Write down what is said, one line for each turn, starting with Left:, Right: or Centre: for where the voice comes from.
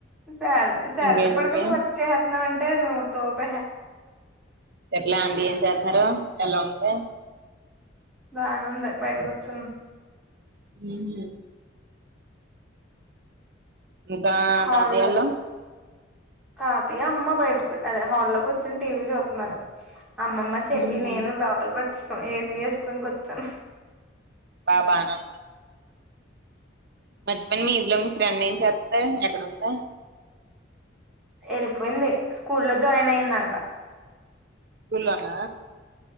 Centre: సాల శాలరీ
Right: ఇంకేంటి
Centre: పడుకుండ వర్క్ చెట్నవంటే నువ్వు తోపహ
Right: ఎట్లా అండి ఏం చేతన్నారు ఎలా ఉంది
Centre: బానే ఉంది బయటకొచ్చింది
Right: ఉహు ఇంకా
Centre: హాల్లో
Right: తాతయోల్లు
Centre: తాతయ్య అమ్మ బయటకు అదే హాల్లోకి వచ్చి టీవీ చూత్తున్నారు అమ్మమ్మ చెల్లి
Right: ఉహు
Centre: నేను లోపలికి వచ్చేసాం ఏసీ ఎసుకొని కూచ్చు
Right: బాబానా మచ్చిపోయ్ని మీ ఇదిలో మీ ఫ్రెండ్ ఏం చెత్తది ఎక్కడ ఉంది
Centre: ఎరిపోయింది స్కూల్లో జాయిన్ అయిందంట
Right: స్కూల్లోన